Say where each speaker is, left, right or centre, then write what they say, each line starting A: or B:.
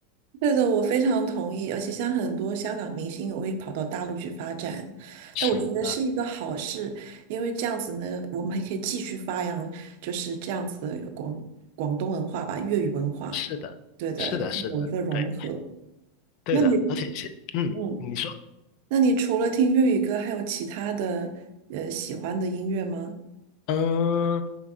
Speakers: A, on the right; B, on the left.
A: 对的，我非常同意。而且像很多香港明星也会跑到大陆去发展，
B: 是的，
A: 但我觉得是一个好事，因为这样子呢，我们还可以继续发扬就是这样子的广广东文化吧，粤语文化。
B: 是的，
A: 对的，
B: 是的，是的，
A: 有一个融合。
B: 对对的，
A: 那你，
B: 而且是嗯，
A: 嗯，
B: 你说。
A: 那你除了听粤语歌，还有其他的呃喜欢的音乐吗？
B: 嗯，